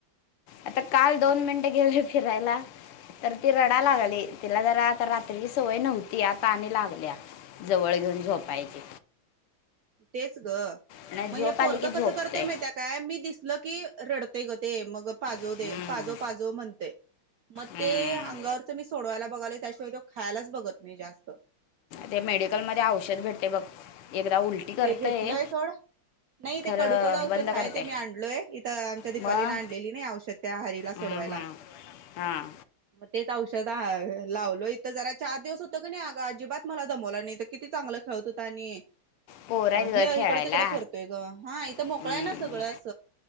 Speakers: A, on the left; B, on the right.
A: आता काल दोन मिनिटं गेले फिरायला तर ती
B: हम्म.
A: रडा लागली. तिला जरा आता रात्रीची सवय नव्हती आता आणि लागल्या. जवळ घेऊन झोपायची
B: हम्म तेच ग
A: आणि
B: म
A: झोप
B: हे
A: आली
B: पोरग
A: की झोपते
B: कसं करतय माहितीये काय मी दिसल की रडतय ग ते मग पाजो
A: हम्म.
B: दे पाजो पाजो म्हणते म
A: हम्म.
B: ते अंगावरच मी सोडवायला बघाल त्याशिवाय तो खायलाच बघत नाही जास्त
A: ते मेडिकल मध्ये औषध भेटते बघ एकदा उलटी करते
B: ते घेतलंय सोड नाही ते
A: खरं
B: कडूकडू औषध
A: बंद करते
B: आहे ते मी आणलोय इथं आमच्या दीपालीने
A: मग
B: आणलेली नाही औषध त्या हरीला सोड
A: हम्म,
B: वायला
A: हम्म. हां
B: म तेच औषध त दा लावलो इथ जरा चार दिवस होतं क नाही अग अजिबात मला दमवलं नाही तर किती चांगलं खेळत होता आणि आणि
A: पोरं आहेत
B: हे
A: ग खेळायला
B: इकड तिकडे फिरतोय ग हा इथं
A: हम्म.
B: मोकळा आहे ना सगळं अस.